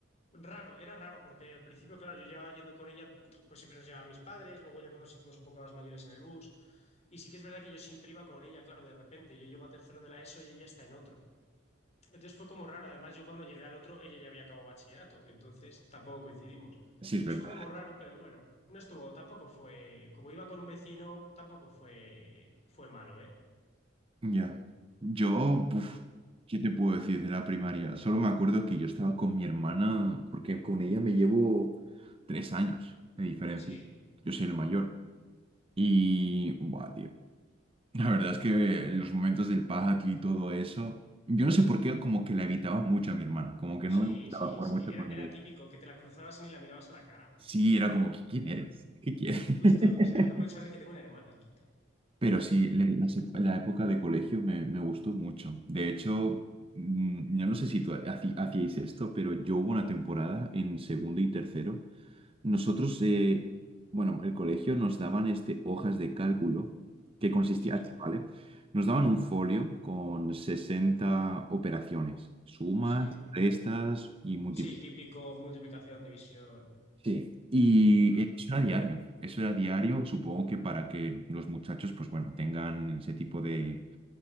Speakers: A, on the left (about 35°); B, on the right (about 30°).
A: Raro, era raro, porque al principio, claro, yo llevaba yendo con ella, pues siempre nos llevaban mis padres, luego ya cuando nos hicimos un poco más mayores en el bus, y sí que es verdad que yo siempre iba con ella, claro, de repente, yo llego a tercero de la ESO y ella está en otro. Entonces fue como raro, además yo cuando llegué al otro, ella ya había acabado bachillerato, entonces tampoco coincidimos.
B: Sí,
A: Entonces
B: es verdad.
A: fue como raro, pero bueno, no estuvo, tampoco fue, como iba con un vecino, tampoco fue, fue malo, ¿eh?
B: Ya. Yo, uf, ¿qué te puedo decir de la primaria? Solo me acuerdo que yo estaba con mi hermana, porque con ella me llevo tres años de diferencia.
A: Sí.
B: Yo soy el mayor. Y, buah, tío. La verdad es que los momentos del patio y todo eso, yo no sé por qué, como que la evitaba mucho a mi hermana, como que
A: Sí,
B: no me gustaba
A: sí,
B: jugar
A: sí.
B: mucho
A: Era,
B: con
A: era
B: ella.
A: típico, que te la cruzabas y ni la mirabas a la cara.
B: Sí, era como, ¿qué- ¿quién eres? ¿Qué quieres? <laughs>
A: Justo, o sea, no pueden saber que tengo una hermana, quita.
B: Pero sí, le- la, se- la época de colegio me, me gustó mucho. De hecho, mm, yo no sé si tú haci- hacíais esto, pero yo hubo una temporada en segundo y tercero. Nosotros, eh, bueno, el colegio nos daban este, hojas de cálculo que consistía
A: Sí,
B: así, ¿vale? Nos daban un folio con 60 operaciones, sumas,
A: sí.
B: restas y múltiples.
A: Sí, típico multiplicación, división.
B: Sí, y
A: Mm.
B: eso era diario, eso era diario, supongo que para que los muchachos, pues bueno, tengan ese tipo de,